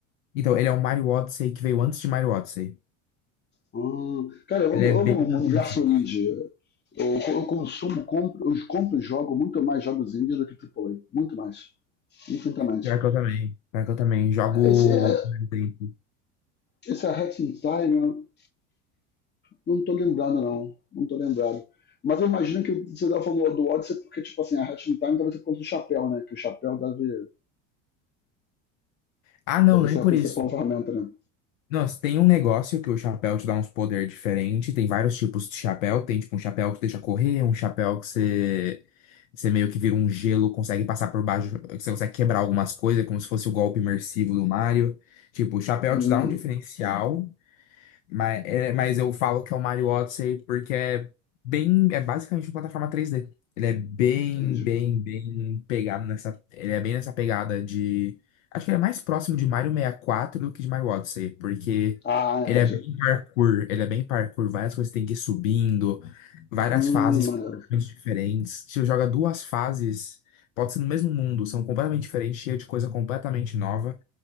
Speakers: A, on the left; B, on the left.
A: Então, ele é um Mario Odyssey que veio antes de Mario Odyssey.
B: Hum, cara, eu
A: Ele
B: amo, eu
A: é bem
B: amo o
A: interessante.
B: universo indie. Eu, eu consumo, compro, eu compro e jogo muito mais jogos indie do que AAA. Muito mais. Infinitamente.
A: Pior que eu também. Pior que eu também. Jogo.
B: Esse, é,
A: por exemplo,
B: esse é a Hexenkine. Não tô lembrado, não. Não tô lembrado. Mas eu imagino que você estava falando do Odyssey porque, tipo assim, a Hatching Time talvez por conta do chapéu, né? Que o chapéu deve,
A: Ah, não,
B: deve
A: nem
B: ser
A: por
B: a principal
A: isso.
B: ferramenta, né?
A: Nossa, tem um negócio que o chapéu te dá uns poder diferente. Tem vários tipos de chapéu. Tem tipo um chapéu que deixa correr, um chapéu que você. Você meio que vira um gelo, consegue passar por baixo, que você consegue quebrar algumas coisas, como se fosse o golpe imersivo do Mario. Tipo, o chapéu
B: Hum,
A: te dá um diferencial, Mas, é- mas eu falo que é o Mario Odyssey porque é bem, é basicamente uma plataforma 3D. Ele é bem,
B: entendi.
A: bem, bem pegado nessa, ele é bem nessa pegada de, acho que ele é mais próximo de Mario 64 do que de Mario Odyssey, porque
B: Ah,
A: ele
B: entendi.
A: é bem parkour, ele é bem parkour, várias coisas tem que ir subindo, várias
B: Hum,
A: fases
B: maneiro.
A: completamente diferentes. Se você joga duas fases, pode ser no mesmo mundo, são completamente diferentes, cheio de coisa completamente nova.